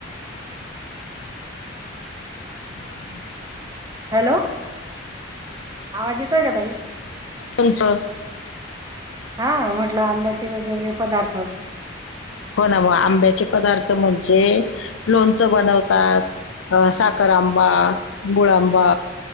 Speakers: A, on the left; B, on the right.
A: <unintelligible>
B: हॅलो! आवाज येतोय का? ताई
A: तुमचं
B: हा म्हटलं आंब्याचे वेगवेगळे पदार्थ.
A: हो ना मग आंब्याचे पदार्थ म्हणजे.. लोणच बनवतात सा साखरांबा गुळांबा...